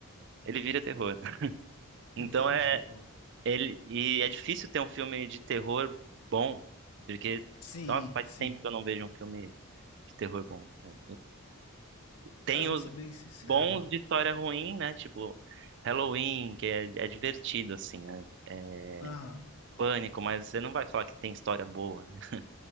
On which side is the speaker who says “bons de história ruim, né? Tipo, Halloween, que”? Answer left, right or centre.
Right